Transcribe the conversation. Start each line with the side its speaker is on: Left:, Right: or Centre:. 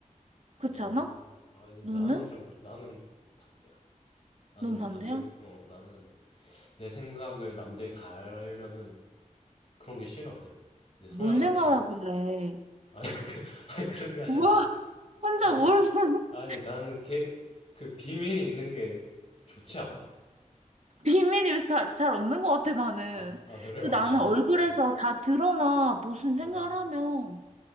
Right: 그렇지
Left: 어,
Right: 않아?
Left: 아니,
Right: 너는?
Left: 나는 좀, 나는 반대야. 나는
Right: 넌 반대야?
Left: 반대, 어, 나는 내 생각을 남들이 다 알면은 그런 게 싫어, 그냥. 내 성향
Right: 뭔 생각하길래.
Left: 자체가. 아니, <laughs> 그, 아니, 그런 게 아니라.
Right: 우와, 혼자
Left: 난,
Right: 뭘 <laughs>
Left: 아니, 나는 걔, 그 비밀이 있는 게 좋지 않아?
Right: 비밀이 다, 잘 없는 것 같아, 나는.
Left: 아, 아, 그래?
Right: 그
Left: 어,
Right: 나는
Left: 진짜?
Right: 얼굴에서
Left: 어,
Right: 다 드러나 무슨
Left: 어,
Right: 생각을 하면